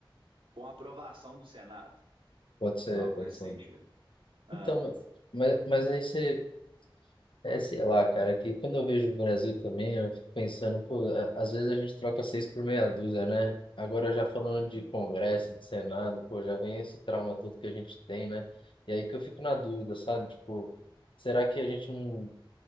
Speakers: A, on the right; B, on the left.
A: com a aprovação do Senado,
B: pode ser,
A: algo
B: pode
A: nesse
B: ser.
A: sentido. Ah.
B: Então, mas, mas mas aí você É, sei lá, cara, que quando eu vejo o Brasil também, eu fico pensando, pô, a- às vezes a gente troca seis por meia dúzia, né? Agora já falando de Congresso, de Senado, pô, já vem esse trauma todo que a gente tem, né? E aí que eu fico na dúvida, sabe? Tipo, será que a gente não,